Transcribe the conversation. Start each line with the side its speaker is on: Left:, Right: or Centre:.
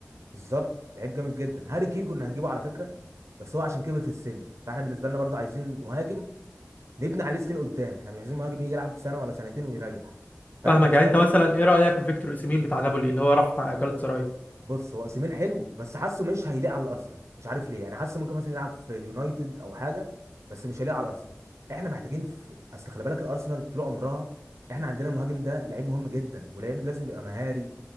Right: بالظبط لعيب جامد جدا هاري كين كنا هنجيبه على فكره بس هو عشان كبر في السن فاحنا بالنسبه لنا برضه عايزين مهاجم نبني عليه سنين قدام احنا مش عايزين مهاجم يجي يلعب سنه ولا سنتين ويريح فانا
Left: فاهمك
Right: بالنسبه
Left: يعني انت
Right: لي
Left: مثلا ايه رايك في فيكتور اوسيمين بتاع نابولي اللي هو راح جالاتا سراي
Right: بص هو اوسيمين حلو بس حاسه مش هيليق على الارسنال مش عارف ليه يعني حاسه ممكن مثلا يلعب في اليونايتد او حاجه بس مش هيليق على الارسنال احنا محتاجين في... اصل خلي بالك الارسنال طول عمرها احنا عندنا المهاجم ده لعيب مهم جدا ولعيب لازم يبقى مهاري